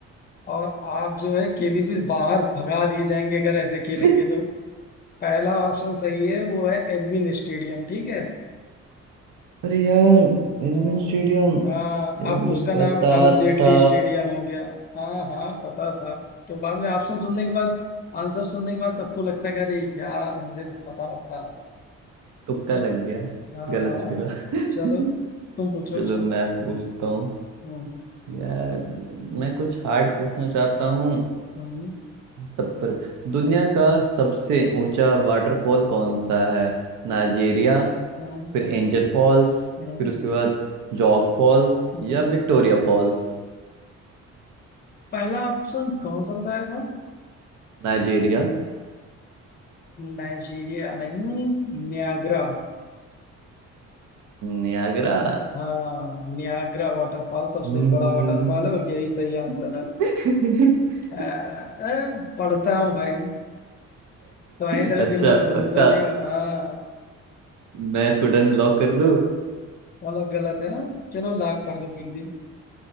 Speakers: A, on the left; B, on the right.
A: और आप जो है केबीसी बाहर भगा दिए जाएंगे अगर ऐसे खेलेंगे
B: <laughs>
A: तो पहला ऑप्शन सही है वो है एल्विन स्टेडियम ठीक है
B: अरे यार एरविन
A: हाँ
B: स्टेडियम
A: हाँ
B: यार मुझे
A: अब उसका नाम
B: पता
A: अरुण जेटली
B: था
A: स्टेडियम हो गया हाँ हाँ पता था तो बाद में ऑप्शन सुनने के बाद आंसर सुनने के बाद सबको लगता है कि अरे यार मुझे तो पता था
B: तुक्का
A: चल
B: लग गया
A: हाँ
B: गलत
A: हाँ
B: जगह
A: चलो
B: <laughs>
A: तुम पूछो
B: चलो
A: अच्छा
B: मैं पूछता हूँ
A: हम्म
B: यार मैं कुछ हार्ड पूछना चाहता हूँ
A: हम्म
B: तब पर दुनिया का सबसे ऊंचा वाटरफॉल कौन सा है नाइजेरिया
A: हम्म
B: फिर एंजर फॉल्स
A: हम्म
B: फिर उसके बाद जॉग फॉल्स
A: हम्म।
B: या विक्टोरिया फॉल्स
A: पहला ऑप्शन कौन सा बताया था
B: नाइजेरिया
A: नाइजीरिया नहीं नियाग्रा
B: नियागरा
A: हाँ नियाग्रा वाटरफॉल सबसे
B: <laughs> <laughs>
A: बड़ा वाटरफॉल है और यही सही आंसर है
B: अच्छा
A: अ, अ, पढ़ता हूँ भाई तुम्हारी तरह
B: पक्का
A: दिन भर घूमता नहीं हो हाँ
B: मैं इसको डन लॉक कर दूं
A: मतलब गलत है ना चलो लाख कर दो फिर भी